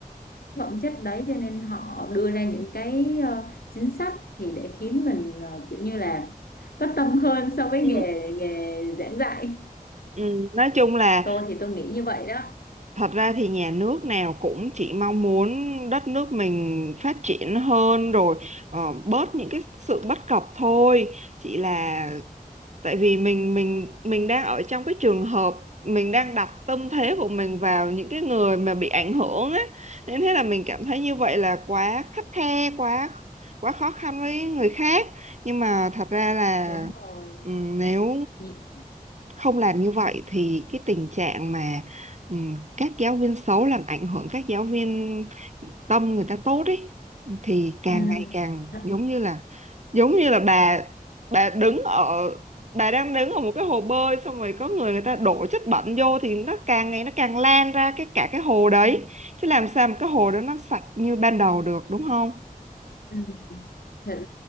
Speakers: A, on the left (about 85°); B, on the right (about 50°).
A: phẩm chất đấy cho nên họ đưa ra những cái ờ, chính sách thì để khiến mình ờ, kiểu như là có tâm hơn so với
B: Ừ.
A: nghề nghề giảng dạy
B: Ừ, nói chung là
A: tôi thì tôi nghĩ như vậy đó
B: thật ra thì nhà nước nào cũng chỉ mong muốn đất nước mình phát triển hơn rồi ờ, bớt những cái sự bất cập thôi chỉ là tại vì mình mình mình đang ở trong cái trường hợp mình đang đặt tâm thế của mình vào những cái người mà bị ảnh hưởng á nên thế là mình cảm thấy như vậy là quá khắt khe quá quá khó khăn với người khác nhưng mà thật ra là
A: đúng rồi
B: ừm, nếu
A: Nhị-
B: không làm như vậy thì cái tình trạng mà ừm, các giáo viên xấu làm ảnh hưởng các giáo viên tâm người ta tốt ấy thì càng
A: ừ.
B: ngày càng
A: Thật-
B: giống như là giống như là bà bà đứng ở bà đang đứng ở một cái hồ bơi xong rồi có người người ta đổ chất bẩn vô thì nó càng ngày nó càng lan ra cái cả cái hồ đấy chứ làm sao mà cái hồ đó nó sạch như ban đầu được đúng không
A: ừ. thật,